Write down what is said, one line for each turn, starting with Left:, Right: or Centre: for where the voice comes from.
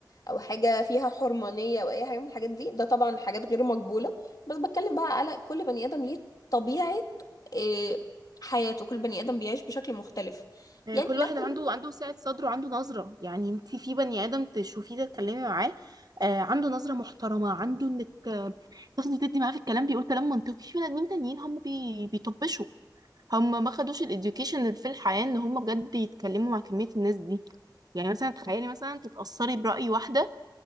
Left: أو حاجة فيها حرمانية أو أي حاجة من الحاجات دي ده طبعا حاجات غير مقبولة بس بتكلم بقى على كل بني آدم ليه طبيعة آه، حياته كل بني آدم بيعيش بشكل مختلف
Right: آه،
Left: يعني
Right: كل
Left: لو
Right: واحد
Left: كل
Right: عنده عنده سعة صدر وعنده نظرة يعني انت في بني آدم تشوفيه تتكلمي معاه آه، عنده نظرة محترمة عنده انك تاخدي تدي معاه في الكلام بيقول كلام منطقي في بني ادمين تانيين هم بي... بيطبشوا هم ما خدوش الاديوكيشن اللي في الحياه ان هم بجد يتكلموا مع كميه الناس دي يعني مثلا تخيلي مثلا تتاثري براي واحده